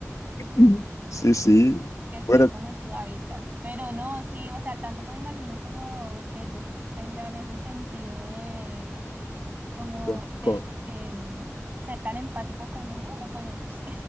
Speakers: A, on the left; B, on the right.
A: <laughs> Sí, sí.
B: que esté
A: Bueno,
B: como en su hábitat. Pero no, sí, o sea, tampoco me imagino como que ellos tengan ese sentido de como
A: co-
B: de
A: co-
B: em, ser tan empático con uno, o bueno, no sé.